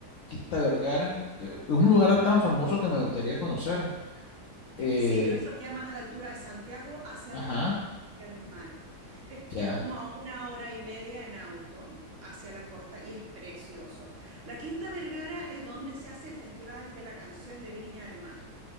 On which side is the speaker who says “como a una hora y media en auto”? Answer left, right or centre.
Right